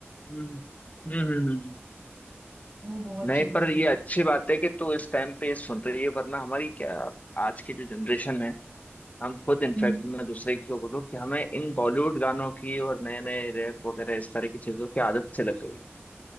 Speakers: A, on the left (about 35°); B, on the right (about 25°).
A: हम्म हम्म हम्म, हम्म।
B: वो बहुत
A: नहीं
B: सुनती
A: पर ये
B: हूँ
A: अच्छी बात है कि तू इस टाइम पे ये सुन रही है वरना हमारी क्या आज की जो जनरेशन है हम खुद इनफैक्ट
B: हम्म
A: मैं दूसरे को बोलूँ कि हमें इन बॉलीवुड गानों की और नए नए रैप वगैरह इस तरह की चीजों की आदत से लग गई